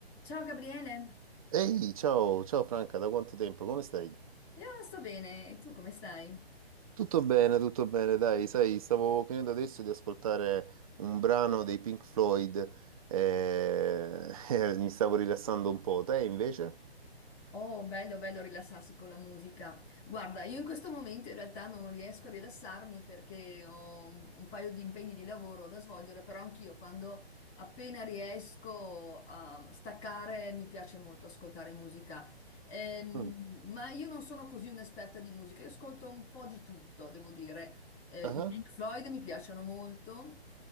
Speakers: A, on the left; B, on the right.
A: Ciao Gabriele,
B: Ehi, ciao, ciao Franca, da quanto tempo? Come stai?
A: io sto bene, e tu come stai?
B: Tutto bene, tutto bene, dai, sai, stavo finendo adesso di ascoltare un brano dei Pink Floyd eh, e <laughs> mi stavo rilassando un po'. Te invece?
A: Oh, bello, bello rilassarsi con la musica. Guarda, io in questo momento in realtà non riesco a rilassarmi perché ho un un paio di impegni di lavoro da svolgere, però anch'io quando appena riesco a staccare mi piace molto ascoltare musica. Ehm,
B: Mm.
A: ma io non sono così un'esperta di musica, io ascolto un po' di tutto, devo dire. Eh,
B: Ah,
A: i Pink Floyd mi piacciono molto,